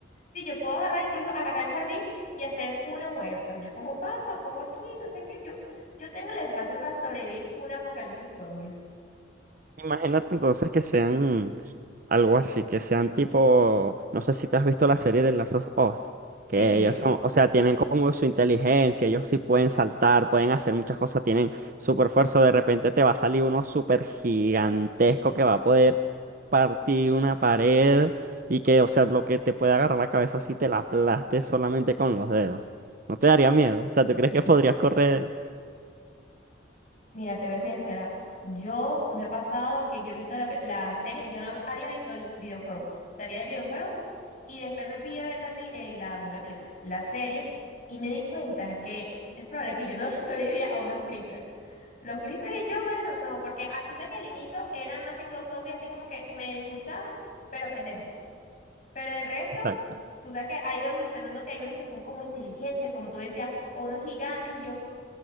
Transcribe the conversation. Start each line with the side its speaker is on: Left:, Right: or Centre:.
Left: sí, yo puedo agarrar, incluso agarrar el jardín y hacer una huerta. Yo pongo papa, pongo aquí, no sé qué. Yo, yo tengo el espacio para sobrevivir un apocalipsis zombies.
Right: Imagínate entonces que sean algo así, que sean tipo, no sé si te has visto la serie de Last of Us,
Left: Sí,
Right: que
Left: sí.
Right: ellos son, o sea, tienen como su inteligencia, ellos sí pueden saltar, pueden hacer muchas cosas, tienen super fuerza, de repente te va a salir uno súper gigantesco que va a poder partir una pared y que, o sea, lo que te puede agarrar la cabeza si te la aplastes solamente con los dedos. ¿No te daría miedo? O sea, ¿tú crees que podrías correr?
Left: Mira, te voy a ser sincera. Yo me ha pasado que yo he visto la, pe- la serie, yo no había visto el videojuego, sabía del videojuego y después me fui a ver la peli, eh, la, no la película, la serie y me di cuenta que es probable que yo no <laughs> sobreviviría a unos creepers. Los creepers y yo, bueno, no, porque ah, tú sabes que al inicio eran más que todos zombies, así como que me escuchaban, pero pendejos. Pero de resto,
Right: Exacto.
Left: tú sabes que ha ido evolucionando que hay unos que son como inteligentes, como tú decías, o unos gigantes y yo.